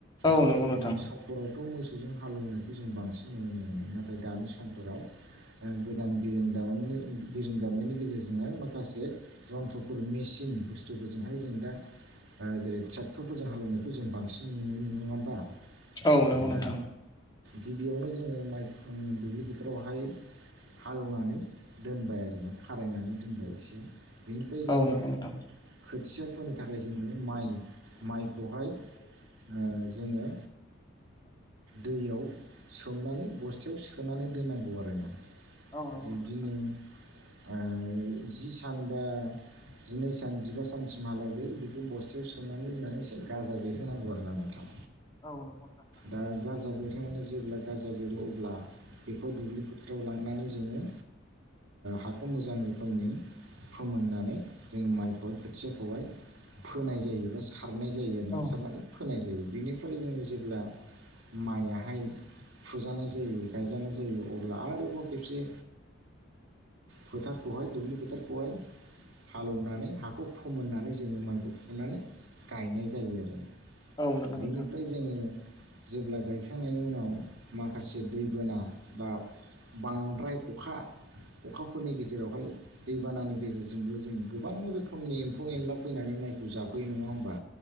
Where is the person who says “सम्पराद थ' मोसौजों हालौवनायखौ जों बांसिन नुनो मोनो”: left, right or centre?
Right